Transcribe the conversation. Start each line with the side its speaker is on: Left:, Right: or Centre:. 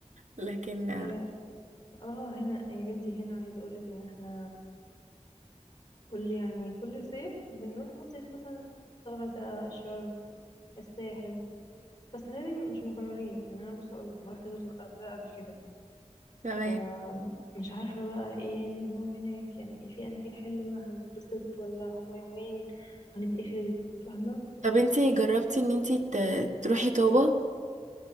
Right: لكن آه،
Left: يا اه هنا يا بنتي هنا عايزه اقول لك ان احنا كل يعني كل صيف بنروح مصيف مثلا الغردقه الشرم الساحل فالسنه دي مش مكررين يعني انا بصي اقول لك ما رحتش الغردقه قبل كده
Right: تمام
Left: فمش عارفه بقى ايه النظام هناك يعني إيه في اماكن حلوه هنبسط ولا هما يومين وهنتقفل فاهمه
Right: طب انت جربتي ان انت ت- تروحي طابه